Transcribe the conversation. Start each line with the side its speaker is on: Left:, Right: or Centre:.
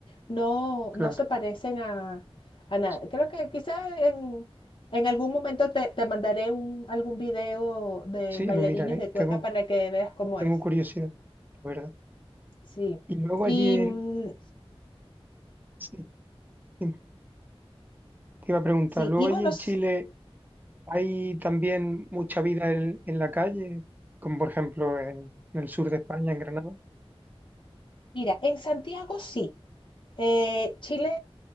Left: no,
Right: claro.
Left: no se parecen a, a nada.
Right: Sí,
Left: Creo que quizá en, en algún momento te, te mandaré un, algún video de
Right: sí,
Left: bailarines
Right: lo miraré.
Left: de cueca
Right: Tengo,
Left: para que veas cómo
Right: tengo
Left: es.
Right: curiosidad, la verdad.
Left: Sí.
Right: Y luego
Left: Y,
Right: allí en...
Left: mm,
Right: Sí, dime. Te iba a preguntar,
Left: sí,
Right: luego
Left: y
Right: allí
Left: bueno,
Right: en
Left: s-
Right: Chile hay también mucha vida en, en la calle, como por ejemplo en, en el sur de España, en Granada,
Left: mira, en Santiago sí. Eh, Chile